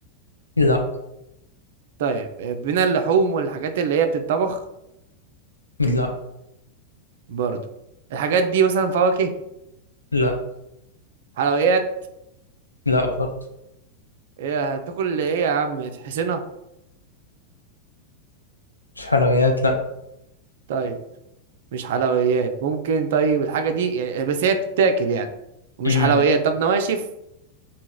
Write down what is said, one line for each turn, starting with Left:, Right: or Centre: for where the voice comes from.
Left: لا
Right: طيب آه، من اللحوم والحاجات اللي هي بتتطبخ
Left: لا
Right: برضو الحاجات دي مثلا فواكه
Left: لا
Right: حلويات
Left: لا برضه
Right: إيه، هتاكل ايه يا عم تحسنها
Left: مش حلويات لا
Right: طيب مش حلويات ممكن طيب الحاجة دي يعني بس هي بتتاكل يعني ومش
Left: مم.
Right: حلويات طب نواشف